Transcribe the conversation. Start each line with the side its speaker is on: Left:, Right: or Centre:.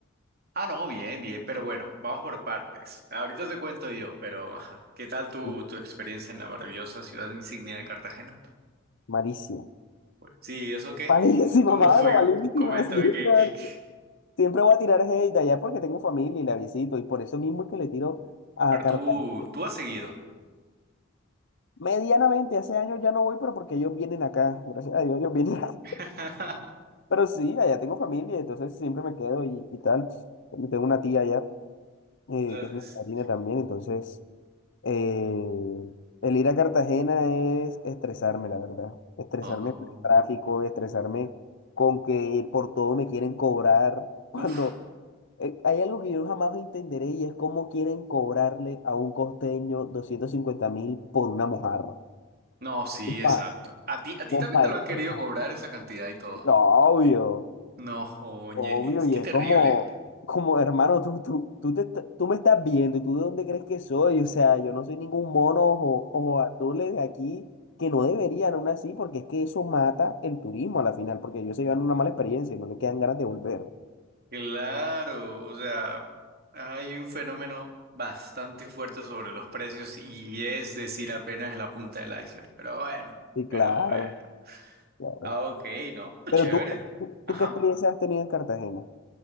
Right: Ah, no, bien, bien, pero bueno, vamos por partes. Ahorita te cuento yo, pero ajá, ¿qué tal tu,
Left: Y
Right: tu experiencia en la maravillosa ciudad insignia de Cartagena?
Left: Malísimo.
Right: Pues, sí, ¿eso
Left: <laughs>
Right: qué?
Left: Malísima,
Right: ¿Cómo, cómo
Left: mano,
Right: fue?
Left: malísima.
Right: Coméntame,
Left: <laughs> Siempre,
Right: ¿qué, qué, qué?
Left: siempre voy a tirar hate allá porque tengo familia y la visito, y por eso mismo es que le tiro a
Right: Pero
Left: Cartagena.
Right: tú, tú has seguido.
Left: Medianamente, hace años ya no voy, pero porque ellos vienen acá, gracias a Dios, ellos vienen acá.
Right: <laughs>
Left: <laughs> Pero sí, allá tengo familia, entonces siempre me quedo y, y tal. Tengo una tía allá, eh,
Right: O sea,
Left: que es mi
Right: es-
Left: padrina también, entonces eh, el ir a Cartagena es estresarme, la verdad. Estresarme
Right: Oh,
Left: con el tráfico, estresarme con que por todo me quieren cobrar. <laughs> Cuando
Right: uf,
Left: eh, hay algo que yo jamás entenderé y es cómo quieren cobrarle a un costeño doscientos cincuenta mil por una mojarra.
Right: no, sí, exacto.
Left: Pa,
Right: A ti, a ti
Left: compa,
Right: también te lo
Left: es
Right: han querido
Left: que
Right: cobrar esa cantidad y todo.
Left: No, Obvio,
Right: No, oye,
Left: obvio, y
Right: qué
Left: es
Right: terrible.
Left: como, como hermano, tú, tú, tú, te est- tú me estás viendo, ¿tú de dónde crees que soy? O sea, yo no soy ningún mono o ojo azules aquí, que no deberían aún así, porque es que eso mata el turismo a la final, porque ellos se llevan una mala experiencia y no le quedan ganas de volver.
Right: Claro, o sea, hay un fenómeno bastante fuerte sobre los precios y es decir, apenas la punta del iceberg. Pero bueno,
Left: Sí,
Right: pero
Left: claro,
Right: bueno.
Left: claro.
Right: Ah, ok, no, pero
Left: Pero
Right: chévere.
Left: tú, tú,
Right: Ajá.
Left: tú ¿qué experiencia has tenido en Cartagena?